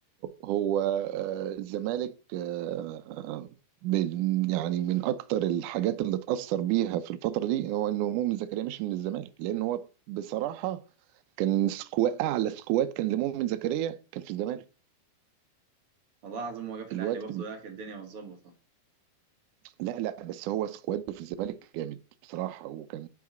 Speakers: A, on the right; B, on the right.
A: هو، آه، الزمالك آه، آه، من- يعني من اكتر الحاجات اللي اتاثر بيها في الفتره دي هو ان مؤمن زكريا مشي من الزمالك لان هو بصراحه كان سكوا اعلى سكواد كان لمؤمن زكريا كان في الزمالك
B: والله العظيم هو جه في الاهلي
A: الواد
B: برضه لا كانت الدنيا متظبطه
A: لا لا بس هو سكواده في الزمالك جامد بصراحة وكان